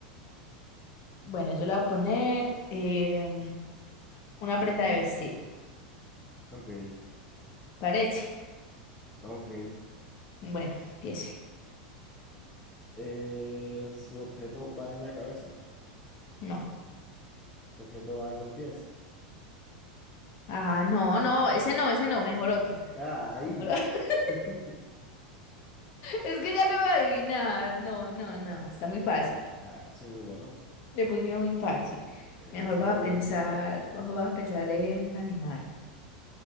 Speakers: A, on the left; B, on the left.
A: Bueno, yo le voy a poner em, una prenda de vestir.
B: Ok,
A: Parece. <laughs>
B: ok.
A: Bueno, empiece.
B: Eh, su objeto va en la cabeza,
A: No.
B: su objeto va en los pies.
A: Ah, no, no, ese no, ese no, mejor otro.
B: ¡Ay!
A: Mejor o- <laughs>
B: <laughs>
A: Es que ya lo voy a adivinar. No, no, no, está muy fácil.
B: Ah, es que soy muy bueno,
A: Le pusieron muy fácil.
B: es
A: Mejor
B: que soy
A: vas
B: muy bueno.
A: a pensar, mejor vas a pensar en animal.